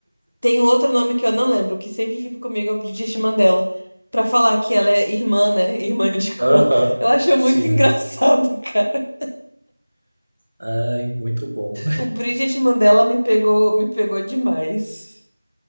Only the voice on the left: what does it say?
Tem um outro nome que eu não lembro, que sempre fica comigo é o Bridget Mandela, pra falar que ela é irmã, né? Irmã de cor.
Eu acho
muito <laughs> engraçado, cara.
O Bridget Mandela me pegou, me pegou demais.